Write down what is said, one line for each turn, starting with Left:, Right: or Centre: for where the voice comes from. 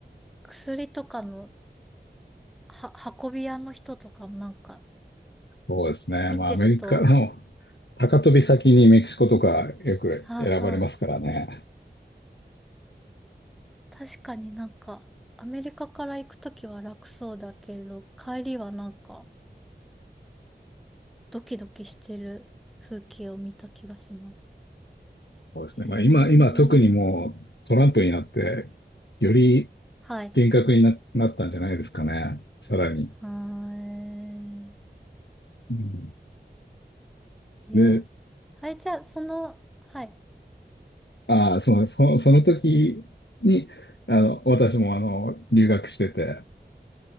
Centre: 薬とかのは、運び屋の人とかもなんか、
Left: そうですね。
Centre: 見てると、
Left: まあ、アメリカの高飛び先にメキシコとかよく選ばれますからね。
Centre: はいはい。確かになんか、アメリカから行くときは楽そうだけれど、帰りはなんか、ドキドキしてる風景を見た気がします。
Left: そうですね。
Centre: へ
Left: まあ、今、今特にもうトランプになって、
Centre: え。
Left: より
Centre: はい。
Left: 厳格にな、なったんじゃないですかね。さらに。
Centre: はーい。
Left: うん、
Centre: いや、
Left: で、
Centre: はい、じゃあ、その、はい、
Left: ああ、その、その、その時に、あの、私もあの、留学してて、